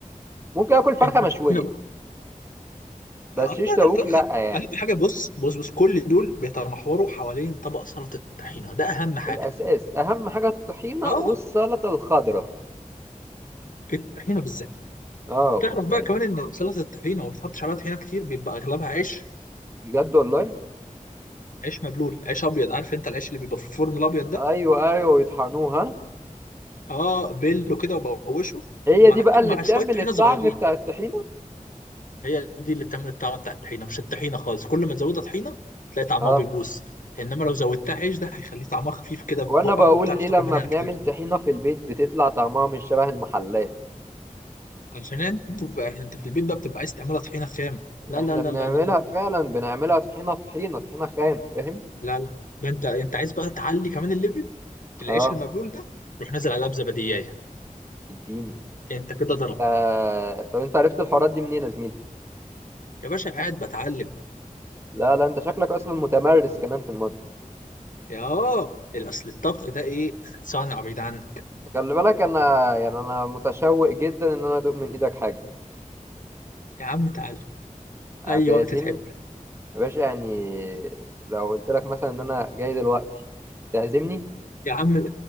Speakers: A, on the right (about 20°); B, on the left (about 70°).
A: ممكن اكل فرخه
B: انت
A: مشويه
B: الطحينه بقى
A: بس
B: آه
A: شيش
B: لا
A: تاوك
B: الفرخه
A: لا يعني
B: اهم حاجه بص بص بص كل دول بيتمحوروا حوالين طبق سلطه الطحينه ده اهم حاجه
A: الاساس اهم حاجه الطحينه
B: اه
A: والسلطه الخضراء
B: الطحينه بالذات
A: اه
B: تعرف
A: بتاعت-
B: بقى كمان ان سلطه الطحينه وما بتحطش عليها طحينه كتير بيبقى اغلبها عيش
A: بجد والله
B: عيش مبلول عيش ابيض عارف انت العيش اللي بيبقى في الفرن الابيض ده
A: ايوه ايوه يطحنوها
B: اه بله كده وبوشه
A: هي
B: مع
A: دي بقى
B: كي-
A: اللي
B: مع
A: بتعمل
B: شويه طحينه
A: الطعم
B: صغيرين
A: بتاع الطحينه
B: هي دي اللي بتعمل الطعم بتاع الطحينه مش الطحينه خالص كل ما تزودها طحينه تلاقي طعمها
A: اه
B: بيبوظ انما لو زودتها عيش ده هيخليه طعمها خفيف كده
A: وانا
B: في بقك
A: بقول
B: وبتعرف
A: ليه
B: تاكل
A: لما
B: منها
A: بنعمل
B: كتير
A: طحينه في البيت بتطلع طعمها مش شبه المحلات
B: عشان انت انت في البيت بقى بتبقى عايز تعملها طحينه خام لا
A: احنا
B: لا لا
A: بنعملها
B: لا لا لا
A: فعلا بنعملها طحينه طحينه طحينه خام فاهم
B: لا لا. ده انت انت عايز بقى تعلي كمان الليفل العيش
A: اه
B: المبلول ده روح نازل عليها بزبدية
A: اديني
B: انت كده
A: انت
B: ضرب
A: طب انت عرفت الحوارات دي منين يا زميلي
B: يا باشا قاعد بتعلم
A: لا لا انت شكلك اصلا متمرس كمان في المطبخ
B: يا اه اصل الطبخ ده ايه صنعة بعيد عنك
A: خلي بالك انا يعني انا متشوق جدا ان انا ادوق من ايدك حاجه
B: يا عم تعالى
A: هتعزمني
B: اي وقت تحب
A: يا باشا يعني لو قلت لك مثلا ان انا جاي دلوقتي تعزمني
B: يا عم